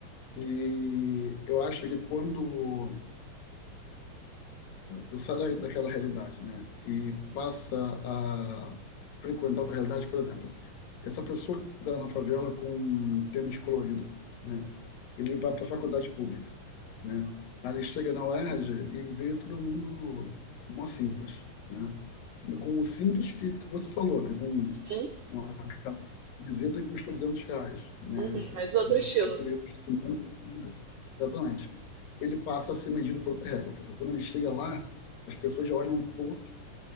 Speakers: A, on the left; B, on the right.
A: E eu acho que quando eu saio daquela realidade, né, e passa a frequentar outra realidade, por exemplo, essa pessoa que dá na favela com tênis colorido, né, ele vai para a faculdade pública. né? Aí ele chega na UERJ e R J e vê todo mundo mó simples, né? Com o simples que, que você falou, né? Com
B: Uhum,
A: uma camiseta que custa 200 reais, né?
B: uhum, mas outro
A: Camiseta
B: estilo,
A: que deveria custar 50 reais. Exatamente. Ele passa a ser medido por outra régua, porque quando ele chega lá, as pessoas já olham torto